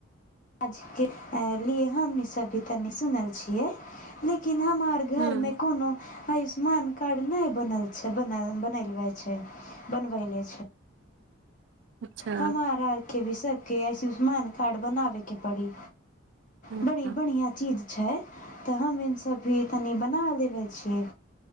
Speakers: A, on the left; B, on the right.
A: आज के लिए हमनी सबी तनी सुनल छियै लेकिन लेकिन हमर घर
B: हूँ
A: मे कोनो आयुष्मान कार्ड ने बनल छै बन बनलवे छै बनवे ले
B: अच्छा
A: हमारर के भी सके आयुष्मान कार्ड बनाबे के पड़ी
B: हँ
A: बड़ी
B: हँ
A: बढ़िया चीज छै तऽ हम ईस भी तनि बना लेबै छियै